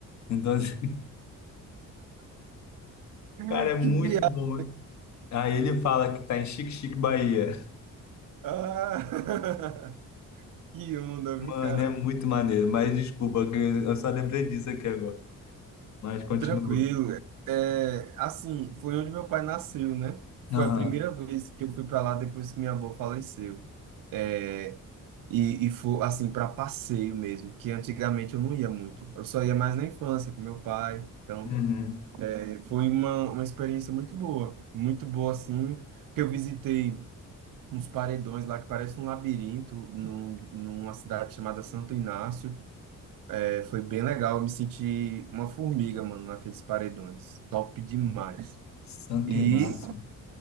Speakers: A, on the left; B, on the right.
A: Então, assim, <laughs>
B: <laughs>
A: cara, é muito
B: Que viagem.
A: bom. Aí ele fala que tá em Chique Chique, Bahia.
B: Ah, <laughs> que onda,
A: Mano,
B: viu, cara?
A: é muito maneiro. Mas desculpa, que eu só lembrei disso aqui agora. Mas continua.
B: Tranquilo. É, assim, foi onde meu pai nasceu, né?
A: Aham.
B: Foi a primeira vez que eu fui para lá depois que minha avó faleceu. É, e, e foi, assim, para passeio mesmo, que antigamente eu não ia muito. Eu só ia mais na infância com meu pai. Então,
A: Uhum.
B: é, foi uma, uma experiência muito boa. Muito boa, assim, porque eu visitei. uns paredões lá que parece um labirinto num, numa cidade chamada Santo Inácio. É, foi bem legal, eu me senti uma formiga, mano, naqueles paredões. Top demais.
A: Santo
B: E
A: Inácio.